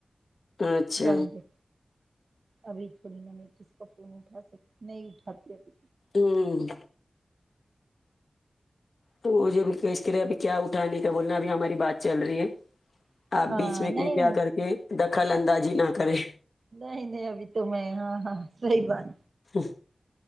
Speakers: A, on the left; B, on the right.
A: اچھا
B: جاندو ابھی تھوڑی نہ میں کسی کا فون اٹھا سکتی نہیں اٹھا تی ابھی
A: ہوں تو وہ اس کے لیے اب کیا اٹھانے کا بولنا ابھی ہماری بات چل رہی ہے
B: فون۔
A: آپ
B: ہاں
A: بیچ میں
B: نہیں
A: کرپیا
B: نہیں
A: کر کے دخل اندازی نہ کریں
B: نہیں نہیں ابھی تو میں ہاں ہاں صحیح بات
A: ہ